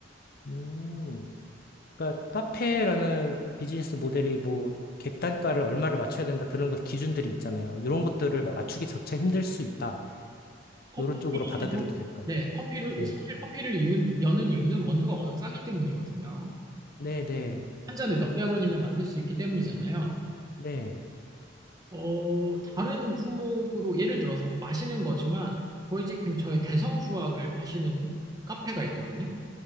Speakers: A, on the left (about 50°); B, on the right (about 20°).
A: 음. 그러니까 카페라는 비즈니스 모델이 뭐, 객단가를 얼마를 맞춰야 된다, 그런 것 기준들이 있잖아요. 이런 것들을 맞추기 조차 힘들 수 있다.
B: 커피로
A: 이런 쪽으로 받아들여도 될까요?
B: 네, 커피를
A: 네.
B: 사실 커피를 이 여는 이유는 원두가 워낙 싸기 때문이거든요.
A: 네, 네,
B: 한 잔에 몇백 원이면 만들 수 있기 때문이잖아요.
A: 네.
B: 어, 다른 품목으로 예를 들어서 뭐 마시는 거지만 저희 집 근처에 개성주악을 파시는 카페가 있거든요.